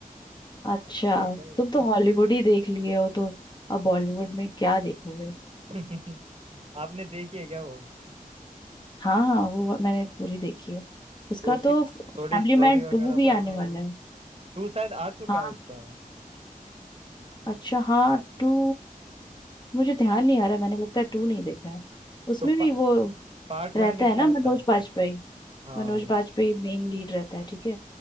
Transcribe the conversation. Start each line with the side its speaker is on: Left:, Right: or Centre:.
Left: अच्छा
Right: अच्छी है क्या वो
Left: तुम तो
Right: उस
Left: हॉलीवुड ही देख लिए हो तो अब बॉलीवुड में क्या देखोगे
Right: <laughs> आपने देखी है क्या वो
Left: हाँ हाँ वो मैंने पूरी देखी है उसका
Right: तो उसकी
Left: तो
Right: थोड़ी
Left: फैमिली
Right: स्टोरी
Left: मैन
Right: वगैरह
Left: टू भी
Right: बताओ
Left: आने वाला है
Right: टू शायद आ चुका
Left: हाँ
Right: है उसका
Left: अच्छा हाँ टू मुझे ध्यान नहीं आ रहा मैंने लगता है टू नहीं देखा है उसमें
Right: तो पा,
Left: भी वो
Right: पार्ट वन
Left: रहता
Right: में क्या
Left: है ना
Right: होता
Left: मनोज
Right: है सर
Left: बाजपेयी
Right: हाँ
Left: मनोज बाजपेयी मेन लीड रहता है ठीक है